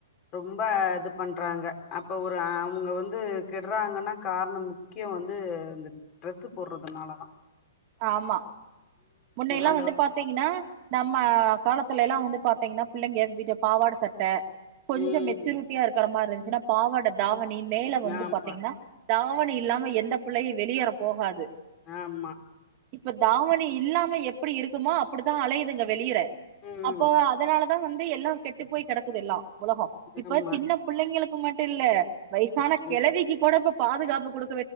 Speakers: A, on the left; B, on the right.
A: ரொம்ப இது பண்றாங்க அப்ப ஒரு அவங்க வந்து கெடுறாங்கன்னா காரணம் முக்கியம் வந்து இந்த ட்ரெஸ்ஸு போடுறதுனாலதான்
B: ஆமா முன்னையல்லாம்
A: அத
B: வந்து பாத்தீங்கன்னா நம்ம காலத்துலல்லாம் வந்து பாத்தீங்கன்னா பிள்ளைங்க வீட்டு பாவாட சட்டை கொஞ்சம்
A: ம்
B: மெச்சூரிட்டியா இருக்கிற மாதிர இருந்துச்சு ன்னா பாவாட தாவ நீ மேல வந்து
A: ஆமா
B: பாத்தீங்கன்னா தாவணி இல்லாம எந்த பிள்ளையும் வெளியேற போகாது.
A: ஆமா
B: இப்ப தாவணி இல்லாம எப்படி இருக்குமோ அப்படிதான் அலையுதுங்க வெளியற
A: ம்
B: அப்போ அதனால தான் வந்து எல்லாம் கெட்டு போய் கிடக்குது ல்லாம். உலகம் இப்ப
A: ஆமா
B: சின்ன பிள்ளைங்களுக்கு க்குமட் இல்ல. வயசான
A: ம்
B: கிழவிக்கு கூடப்ப பாதுகாப்பு கொடுக்